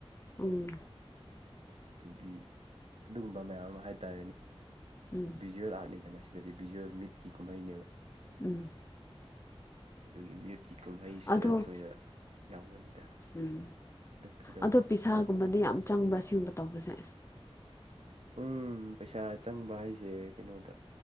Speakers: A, on the left (about 25°); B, on the right (about 75°).
A: ꯎꯝ
B: ꯑꯗꯨꯒꯤ ꯑꯗꯨꯒꯨꯝꯕ ꯃꯌꯥꯝ ꯑꯃ ꯍꯥꯏꯇꯥꯔꯦꯅꯦ
A: ꯎꯝ
B: ꯕꯤꯖꯨꯋꯦꯜ ꯑꯥꯔꯠꯅꯤꯗꯅ ꯁꯤꯗꯗꯤ ꯕꯤꯖꯨꯋꯦꯜ ꯃꯤꯠꯀꯤ ꯀꯨꯝꯍꯩꯅꯦꯕ
A: ꯎꯝ
B: ꯑꯗꯨꯒꯤ ꯃꯤꯨꯠꯀꯤ ꯀꯨꯝꯍꯩꯁꯤꯗ
A: ꯑꯗꯣ
B: ꯑꯩꯈꯣꯏꯅ ꯌꯥꯎꯕꯅꯤꯗ
A: ꯎꯝ
B: ꯑꯗꯨ ꯀꯩꯗꯧꯕ
A: ꯑꯗꯣ ꯄꯤꯁꯥꯒꯨꯝꯕꯗꯤ ꯌꯥꯝ ꯆꯪꯕ꯭ꯔꯥ ꯁꯤꯒꯨꯝꯕ ꯇꯧꯕꯁꯦ
B: ꯎꯝ ꯄꯩꯁꯥ ꯆꯪꯕ ꯍꯥꯏꯁꯦ ꯀꯩꯅꯣꯗ